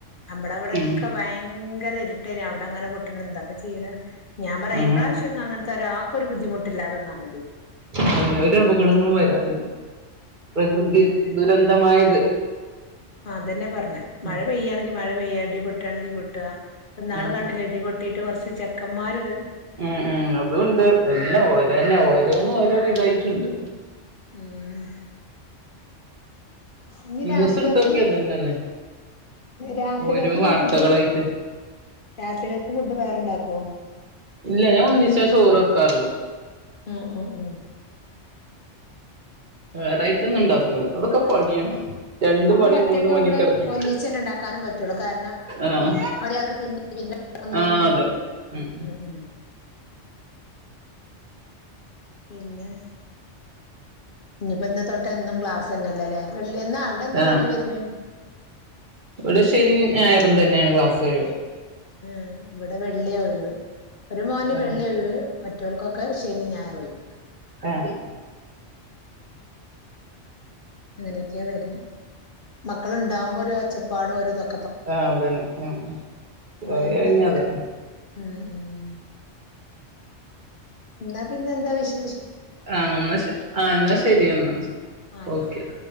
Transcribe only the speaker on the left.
നമ്മടെ അവടെ
ഭയങ്കര ഇര്ട്ടേനി അവിടെ അങ്ങനെ പൊട്ട്ണ് ന്താ ചെയ്യണ ഞാൻ പറയാ
ഇപ്രാവശ്യന്നും അങ്ങനത്തെ ഒരാൾക്കൊരു ബുദ്ധിമുട്ടില്ലാതന്നാമതിയെനി
ഉം
അതന്നെ പറഞ്ഞെ മഴ
പെയ്യണെങ്കി മഴ പെയ്യായി ഇടിപെട്ടാണെങ്കിൽ പെട്ടുക ഇപ്പൊന്നാൾ
കണ്ടിലെ
ഇടിപൊട്ടി ട്ടിട്ട് കുറച്ച് ചെക്കന്മാര് വേ
ഉം ഇനി
രാത്രികക്ക്
രാത്രികക്ക്
ഇങ്ങള്
ഫുഡ് രാത്രികക്ക് ഫുഡ് വേറെണ്ടാക്കോ
മൂ മൂ മൂ
നമ്മൾ
ഒറ്റകാവുമ്പൾ
ഒന്നിച്ചന്നെണ്ടാക്കാനും പറ്റുള്ളു കാരണം
ഒരാൾക്ക് പിന്നെ ഒന്നു
ഒന്ന് പിന്നെ ഇഞ്ഞിപ്പോ ഇന്ന് തൊട്ട് എന്നും ക്ലാസ്ന്നെല്ലല്ലേ വെള്ളി എന്നാ അവിടെ എന്നാ
ഒഴിവര്ന്നേ
മൂ ഇവിടെ വെള്ളിയ ഒഴിവ് ഒരു മോന്
വെള്ളി ഒഴിവ് മറ്റവർക്കൊക്കെ ശനി ഞായർ ഒഴിവ്
അങ്ങനെയൊക്കെയാ വരുന്നെ മക്കളുണ്ടാവകുമ്പോ ഒരു ഒച്ചപ്പാട് ഒര്ദം
പോയാ
അതൊക്കെ
ഉം ഉം എന്നാ പിന്നെ പിന്നെന്താ വിശേ
ആയിക്കോട്ടെ